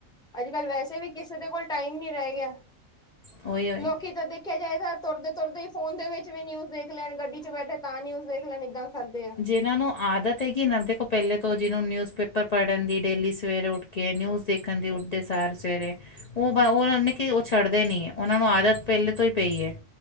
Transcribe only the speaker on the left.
ਉਹੀ ਉਹੀ
ਜਿਹਨ੍ਹਾਂ ਨੂੰ ਆਦਤ ਹੈਗੀ, ਇਹ ਨਾ ਦੇਖੋ ਪਹਿਲੇ ਤੋਂ ਜਿਹਨੂੰ ਨਿਊਜ਼ਪੇਪਰ ਪੜ੍ਹਨ ਦੀ, ਡੇਲੀ ਸਵੇਰੇ ਉੱਠ ਕੇ। ਕੇ ਨਿਊਜ਼ ਦੇਖਣ ਦੀ ਉੱਠਦੇ ਸਾਰ ਸਵੇਰੇ, ਉਹ ਉਹ ਕਿ ਉਹ ਛੱਡਦੇ ਨੀ ਆ, ਉਹਨਾਂ ਨੂੰ ਆਦਤ। ਪਹਿਲੇ ਤੋਂ ਹੀ ਪਈ ਏ,